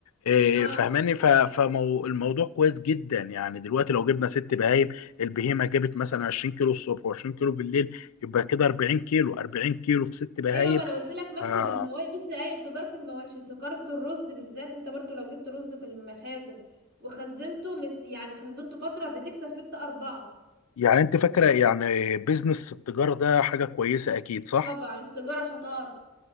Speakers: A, on the left; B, on the right.
A: آه،
B: اه
A: فاهماني فالموضوع كويس جدا يعني دلوقتي لو جبنا ست بهايم البهيمه جابت مثلا 20 كيلو الصبح و20 كيلو بالليل يبقى كده 40 كيلو 40 كيلو في ست بهايم
B: ايوه ما انا قلت لك مكسب
A: آه
B: المواشي بص اي تجاره المواشي تجاره الرز بالذات انت برضو لو جبت رز في المخازن وخزنته مس يعني خزنته فتره بتكسب في التا اربعه
A: يعني انت فاكره يعني بيزنس التجاره ده حاجه كويسه اكيد صح؟
B: طبعا التجاره شطاره